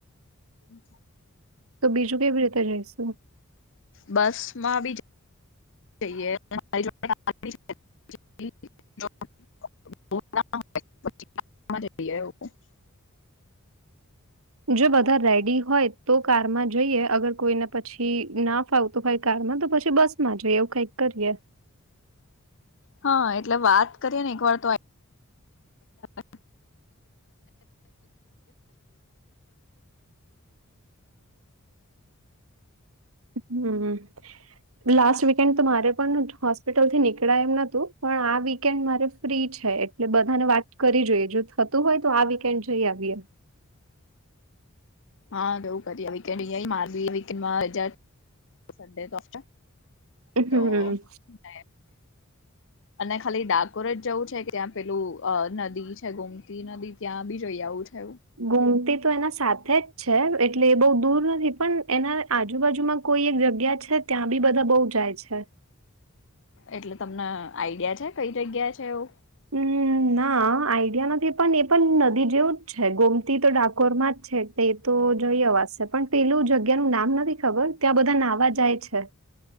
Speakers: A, on the left; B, on the right.
A: હ.
B: તો બીજું કેવી રીતે જઈશું?,
A: બસ માં પણ-, જઈએ <unintelligible> <inaudible> <inaudible> <unintelligible>
B: જો બધા રેડી હોય તો કારમાં જઈએ અને કોઈને પછી ના, ફાવતું હોય કારમાં પછી બસ માં જોઈએ એવું કઈક કરીએ.
A: હા એટલે વાત કરીએ ને એક વાર તો <inaudible>
B: <inaudible> લાસ્ટ વીકેન્ડ તો મારે પણ હોસ્પિટલથી નીકળાય એમ નથી પણ આ વીકેન્ડ મારે, ફ્રી છે એટલે બધાને વાત કરી જોઈએ જો થતું હોય તો આ વીકેન્ડ જઈ આવીએ.
A: હા એવું કરી માે <inaudible>
B: હમ્મ. <unintelligible>
A: અને ખાલી ડાકોરે જ જવું છે કે ત્યાં પેલું નદી છે ગોમતી નદી, ત્યાં પણ જોઈ આવું થયું.
B: ગૈમતી તો એના સાથે જ, છે એટલે એ બહુ દૂર નથી પણ એના આજુબાજુમાં કોઈ એક જગ્યા છે. ત્યાં પણ બધા બહુ જાય છે.
A: એટલે તમને આઈડિયા છે કઈ જગ્યા છે એવું.
B: હમ ના, હા આઈડિયા નથી પણ એ પણ નદી જેવું જ છે ગોમતી તો ડાકોરમાં જ છે. એ તો જોઈ આવા છે પણ પેલું જગ્યા નું નામ નથી ખબર ત્યાં બધા નાવા જાય છે.